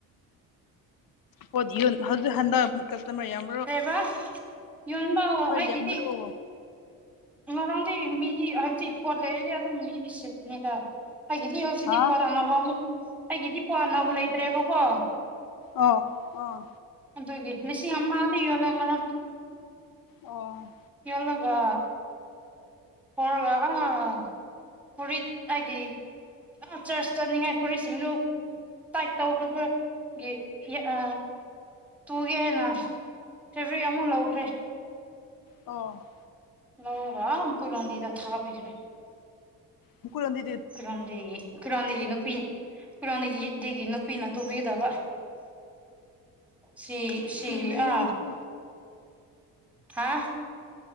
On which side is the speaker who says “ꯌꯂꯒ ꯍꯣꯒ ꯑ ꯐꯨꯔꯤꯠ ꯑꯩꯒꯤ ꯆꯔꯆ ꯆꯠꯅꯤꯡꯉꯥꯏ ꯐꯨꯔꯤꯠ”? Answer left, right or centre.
Centre